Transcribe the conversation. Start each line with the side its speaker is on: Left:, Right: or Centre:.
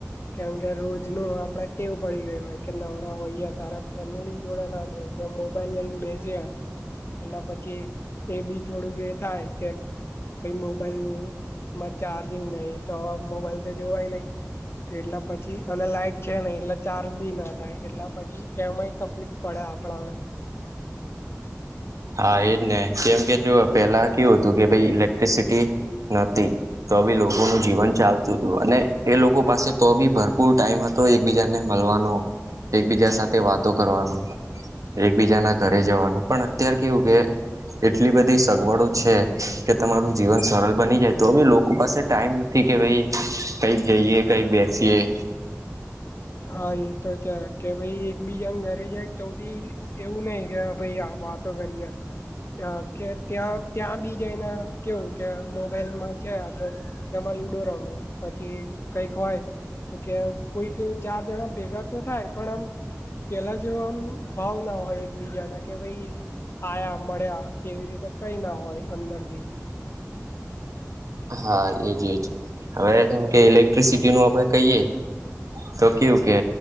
Left: કેમ કે રોજનુ આપડે ટેવ પડી ગયું હોય કે નવરા હોઈએ તારા ફેમિલી જોડા ના બેસે, મોબાઈલ લઇને બેસયા એટલે પછી એ બી થોડુક એ થાય કે પછી <inaudible> મ ચાર્જિંગ નહી તો મોબાઈલ જોવાય નહી. એટલા પછી અને લાઈટ છે, નઈ એટલે ચાર્જ બી ના થાય એટલા પછી એમાંય તકલીફ પડે આપણા
Right: હા એજ ને કેમ કે જો પેલા કેવું હતું કે ભાઈ ઇલેક્ટ્રિસિટી નથી તો બી લોકોનું જીવન ચાલતું હતું અને એ લોકો પાસે તો ભી ભરપૂર ટાઈમ તો એકબીજાને મળવાનો, એકબીજા સાથે વાતો કરવાનો, એકબીજાના ઘરે જવાનું પણ અત્યારે કેવું કે એટલી બધી સગવડો છેકે, તમારુ જીવન સરળ બની જાય તો ભી લોકો પાસે ટાઈમ નથી કે ભાઈ કંઈક જઈએ, કઈક બેસીએ,
Left: હા એ તો છે કે ભાઈ એક બીજાને ઘરે જાય. તો બી એવું નહી કે ભાઈ વાતો કરીએ, કે ત્યાં ત્યાં બી જઈને કેવુ કે મોબાઈલમા છે, તો એમાં લુડો રમે પછી કઈક હોય તો કે કોઈ કે ચાર જણા ભેગા તો થાય પણ આમ પેલા જેવા આમ ભાવ ના હોય એકબીજાના કે ભાઈ આયા મળ્યા એવી રીતે કઈ ના હોય અંદરથી.
Right: હા એજ એજ. હવે જેમ કે ઇલેક્ટ્રિસિટીનું આપડે કહીએ, તો કેવું કે